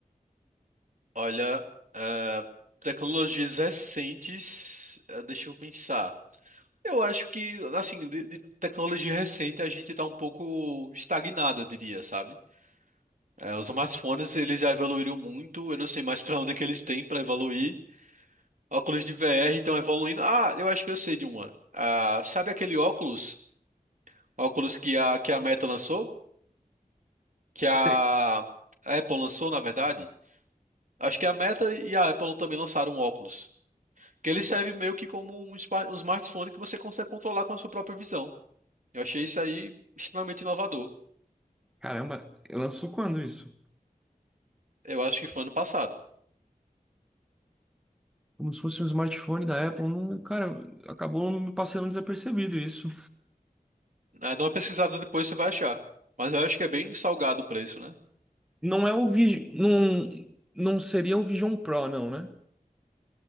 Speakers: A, on the right; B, in the centre.
A: Olha, ah, tecnologias recentes, ah, deixa eu pensar. Eu acho que, assim, de, de tecnologia recente a gente tá um pouco estagnado, eu diria, sabe? Eh, os smartphones, eles já evoluíram muito, eu não sei mais pra onde é que eles têm pra evoluir. Óculos de VR estão evoluindo. Ah, eu acho que eu sei de uma. Ah, sabe aquele óculos? Óculos que a, que a Meta lançou? Que a
B: Sei.
A: a Apple lançou, na verdade? Acho que a Meta e a Apple também lançaram um óculos. Que ele serve meio que como um, spa- um smartphone que você consegue controlar com a sua própria visão. Eu achei isso aí extremamente inovador.
B: Caramba, lançou quando isso?
A: Eu acho que foi ano passado.
B: Como se fosse um smartphone da Apple. Não, cara, acabou me passando desapercebido isso.
A: Ah, Dá uma pesquisada depois, você vai achar. Mas eu acho que é bem salgado o preço, né?
B: Não é o Vision. Não, não seria o Vision Pro, não, né?